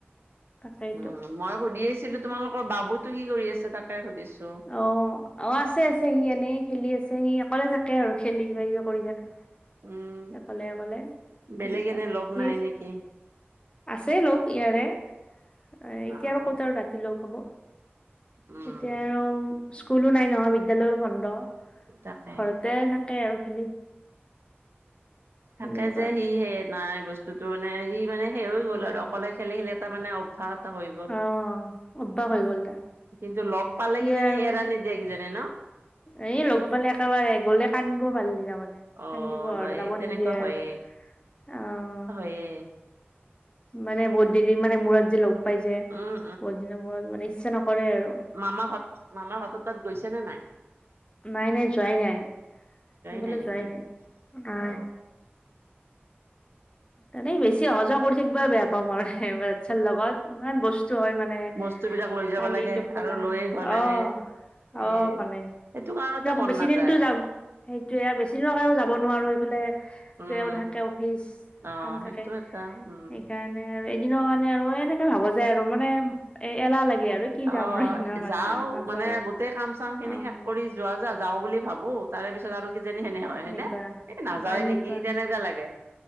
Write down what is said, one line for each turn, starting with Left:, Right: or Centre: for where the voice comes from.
Left: তাকেইটো
Right: উম মই সুধি আছিলোঁ তোমালোকৰ বাবুতো কি কৰি আছে তাকে সুধিছোঁ।
Left: অ', অ', আছে, আছে সি এনেই খেলি আছে সি অকলে থাকে আৰু খেলি কিবা- কিবি কৰি থাকে।
Right: উম
Left: অকলে অকলে
Right: বেলেগ
Left: তেনেকা
Right: এনে লগ
Left: সি
Right: নাই নেকি
Left: আছে লগ ইয়াৰে এ এতিয়া
Right: অ
Left: আৰু ক'ত আৰু ৰাতি লগ হ'ব।
Right: উম।
Left: এতিয়া আৰু স্কুলো নাই নহয় বিদ্যালয়ও বন্ধ।
Right: তাকে।
Left: ঘৰতে থাকে আৰু খেলি। তেনেকুৱা
Right: থাকে যে সি সে নাই বস্তুটো মানে সি মানে শেষ হৈ গ'ল
Left: উম
Right: আৰু অকলে খেলি, খেলি এটা মানে। <unintelligible>
Left: অ', অভ্যাস হৈ গ'ল তাৰ।
Right: কিন্তু লগ পালে
Left: সি
Right: কিজানি
Left: আৰু
Right: এৰা
Left: মানে
Right: নিদিয়ে কিজানি ন।
Left: এই ল'গ পালে একেবাৰে গ'লে কান্দিব পাৰিলি তাৰমানে
Right: অ
Left: কান্দিব আৰু
Right: হয়
Left: যাব
Right: তেনেকুৱা
Left: নিদিয়ে আৰু
Right: হয়ে
Left: অ'।
Right: <unintelligible>
Left: মানে ব দেৰিৰ মানে মূৰত যে লগ পাই যায়
Right: উম
Left: বহুত দিনা মূৰত মানে ইচ্ছা নকৰে আৰু।
Right: মামাহত মামা হতত তাত গৈছে নে নাই।
Left: নাই, নাই যোৱাই নাই সেইফালে
Right: নাই নেকি
Left: যোৱাই নাই নাই।
Right: অ
Left: এনে বেছি অহা যোৱা কৰি থাকিবা বেয়া <unintelligible> আৰু বাচ্ছাৰ লগত ইমান বস্তু হয় মানে
Right: বস্তু বিলাক লৈ যাব
Left: কালিতো
Right: লাগে
Left: <unintelligible>
Right: আৰু লৈ আহিব লাগে
Left: অ', অ',
Right: এ সেইটো কাৰণতে মন
Left: <unintelligible> বেছি
Right: নাযায়
Left: দিনটো যাব। সেইটোৱে আৰু বেছি দিনৰ কাৰণেও যাব নোৱাৰো এইফালে
Right: উম
Left: তেওঁৰ থাকে অফিচ
Right: অ
Left: কাম থাকে
Right: সেইটো এটা উম
Left: সেইকাৰণে আৰু এদিনৰ কাৰণে আৰু এনেকে ভাবা যায় আৰু মানে এ এলাহ লাগে আৰু কি
Right: অ
Left: যাম আৰু এদিনৰ কাৰণে
Right: যাও
Left: আৰু নাযাওঁ
Right: মানে গোটেই কাম চাম খিনি
Left: আৰু
Right: শেষ
Left: অ'।
Right: কৰি যোৱা যা যাওঁ বুলি ভাবোঁ তাৰে পিছত আৰু কিজানী সেনে হয় হয়
Left: এনেকুৱা
Right: নে এই নাযাওঁ
Left: অ এনেকুৱা
Right: নেকি তেনেকুৱা লাগে